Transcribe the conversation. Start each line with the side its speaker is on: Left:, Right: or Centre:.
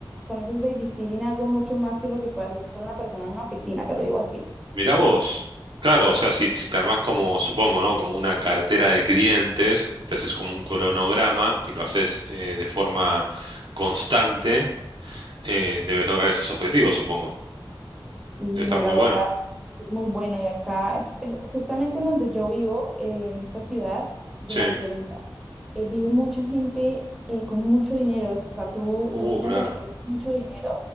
Centre: con esos babysitting hago mucho más que lo que puede hacer una persona en una oficina, te lo digo así.
Right: Mirá vos. Claro, o sea, si, si te armás como, supongo, ¿no? Como una cartera de clientes, te haces como un cronograma y lo haces eh, de forma constante, eh, debes lograr esos objetivos, supongo.
Centre: Y
Right: Debe estar
Centre: no,
Right: muy
Centre: la
Right: bueno.
Centre: verdad es, es muy bueno. Y acá, eh, justamente en donde yo vivo, eh, en esta ciudad de
Right: Sí.
Centre: la Florida, eh, vive mucha gente eh, con mucho dinero. O sea, tú,
Right: Uh,
Centre: tú vienes
Right: claro.
Centre: acá, es mucho dinero